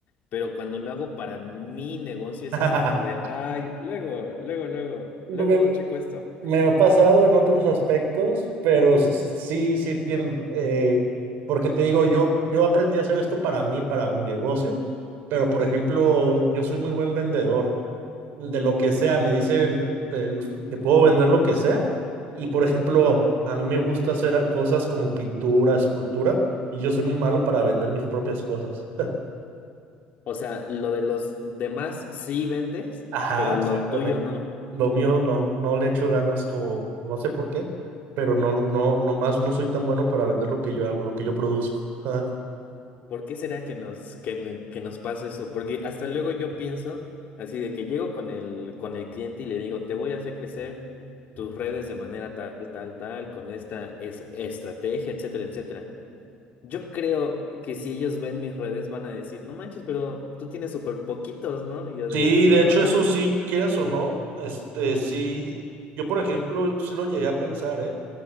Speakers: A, on the left; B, on the right.
A: pero cuando lo hago para mi negocio es
B: <laughs>
A: así como de, ay, luego, luego, luego,
B: No
A: luego
B: me-
A: checo esto.
B: Me ha pasado en otros aspectos, pero s- s- sí, sí entiendo, eh, porque te digo, yo, yo aprendí a hacer esto para mí, para mi negocio, pero por ejemplo, yo soy muy buen vendedor de lo que sea, me dicen, te, te puedo vender lo que sea, y por ejemplo, a mí me gusta hacer a- cosas como pintura, escultura, y yo soy muy malo para vender mis propias cosas. <laughs>
A: O sea, lo de los demás sí vendes,
B: Ajá,
A: pero
B: exactamente.
A: lo tuyo no.
B: Lo mío no, no le echo ganas como, no sé por qué, pero no, no, nomás no soy tan bueno para vender lo que yo hago, lo que yo produzco. <laughs>
A: ¿Por qué será que nos, que, n- que nos pasa eso? Porque hasta luego yo pienso así de que llego con el, con el cliente y le digo, te voy a hacer crecer tus redes de manera tal, tal, tal, con esta es- estrategia, etcétera, etcétera. Yo creo que si ellos ven mis redes van a decir, no manches, pero tú tienes súper poquitos, ¿no? Y yo
B: Sí,
A: de,
B: de
A: "Ah".
B: hecho, eso sí, quieras o no, este, sí, yo por ejemplo, sí lo llegué a pensar, ¿eh?